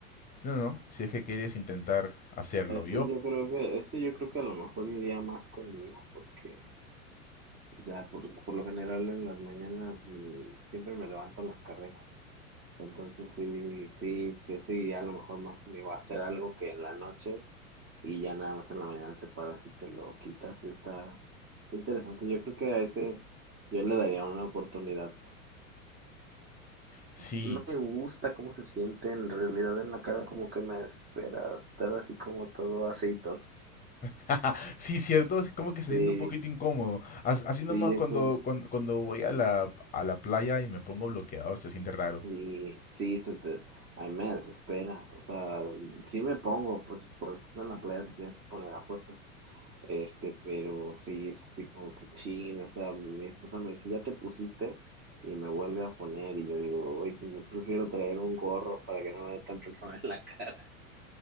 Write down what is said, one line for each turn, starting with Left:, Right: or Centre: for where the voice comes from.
Left: Sí, No, no, si es que quieres intentar hacerlo.
Right: eso
Left: Yo,
Right: yo creo que, eso yo creo que a lo mejor iría más conmigo porque, pues ya, por, por lo general en las mañanas mm, siempre me levanto a las carreras. Entonces sí, sí, te- sí iría a lo mejor más conmigo a hacer algo que en la noche y ya nada más en la mañana te paras y te lo quitas. Está, está interesante. Yo creo que a ese yo le daría una oportunidad.
Left: sí.
Right: No me gusta cómo se siente en realidad en la cara, como que me desespera estar así como todo aceitoso.
Left: <laughs> Sí, cierto, es como que se
Right: Sí,
Left: siente un poquito incómodo. As- Así nomás
Right: sí, eso,
Left: cuando, cuando, cuando voy a la, a la playa y me pongo bloqueador, se siente raro.
Right: sí, sí, se te, a mí me desespera. O sea, sí me pongo, pues cuando estás en la playa te tienes que poner a fuerzas, Este, pero sí, es así como que chino, o sea, mi esposa me dice, ya te pusiste y me vuelve a poner y yo digo, oye, pues yo prefiero traer un gorro para que no me dé tanto el sol en la <laughs> cara.